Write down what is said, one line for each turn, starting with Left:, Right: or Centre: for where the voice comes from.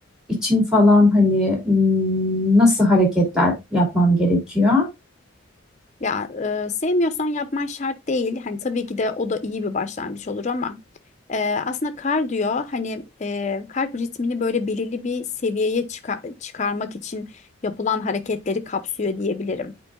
Centre: için falan hani m, nasıl hareketler yapmam gerekiyor?
Left: Ya e, sevmiyorsan yapman şart değil. Hani tabii ki de o da iyi bir başlangıç olur ama e, aslında kardiyo hani e, kalp ritmini böyle belirli bir seviyeye çıkar- çıkarmak için yapılan hareketleri kapsıyor diyebilirim.